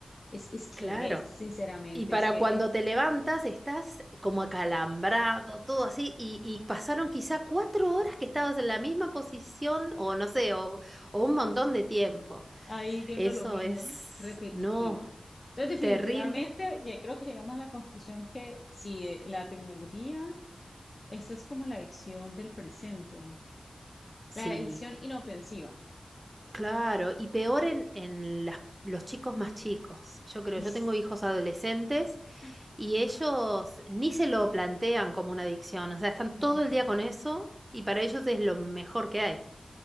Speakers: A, on the left (about 40°); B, on the right (about 25°).
A: es, es que
B: claro.
A: ves, sinceramente,
B: Y para
A: es que
B: cuando
A: el-
B: te levantas estás como acalambrado, todo así, y, y pasaron quizá cuatro horas que estabas en la misma posición, o no sé, o, o un montón de tiempo.
A: ahí viendo
B: Eso
A: lo mismo,
B: es,
A: repetitivo.
B: no,
A: Entonces,
B: terrible.
A: definitivamente, ya creo que llegamos a la conclusión que si eh, la tecnología, esa es como la adicción del presente.
B: Sí,
A: La edición inofensiva.
B: claro, y peor en, en las- los chicos más chicos. Yo creo,
A: Uy,
B: yo
A: sí.
B: tengo hijos adolescentes
A: Ay,
B: y ellos ni se lo plantean como una adicción, o sea, están todo
A: No,
B: el
A: para
B: día
A: mí.
B: con eso y para ellos es lo mejor que hay.